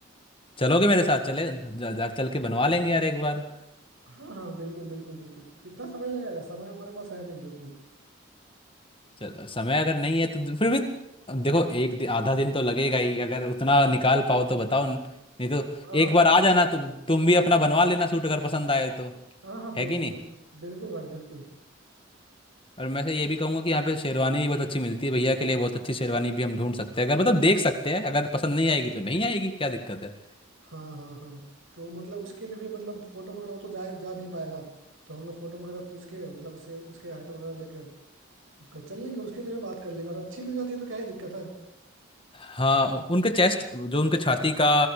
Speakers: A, on the left; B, on the right.
A: चलोगे मेरे साथ चले जा, जा, चल के बनवा लेंगे यार एक बार
B: हाँ हाँ बिल्कुल बिल्कुल बिल्कुल कितना समय लगेगा समय हमारे पास है नहीं क्योंकि
A: चलो समय अगर नहीं है तो फिर भी देखो एक दि, आधा दिन तो लगेगा ही अगर उतना निकाल पाओ तो बताओ नहीं तो
B: हाँ हाँ
A: एक बार आ जाना तो तुम भी अपना बनवा लेना सूट अगर पसंद आए तो
B: हाँ हाँ बिल्कुल
A: है कि नहीं
B: बिल्कुल बिल्कुल भाई बिल्कुल
A: और मैं से ये भी कहूंगा कि यहाँ पे शेरवानी भी बहुत अच्छी मिलती है भैया के लिए बहुत अच्छी शेरवानी भी हम ढूंढ सकते हैं अगर मतलब देख सकते हैं अगर पसंद नहीं आएगी तो नहीं आएगी क्या दिक्कत है
B: हाँ हाँ हाँ तो मतलब उसके लिए भी मतलब फोटो वगैरह वो तो जा जा नहीं पाएगा तो हम लोग फोटो वगैरह पूछ के मतलब उसके उसके हाइट वगैरह लेके कर- चल लेंगे उसके लिए भी बात कर लेंगे अगर अच्छी मिल जाती है तो क्या ही दिक्कत है
A: हाँ उनके चेस्ट जो उनके छाती का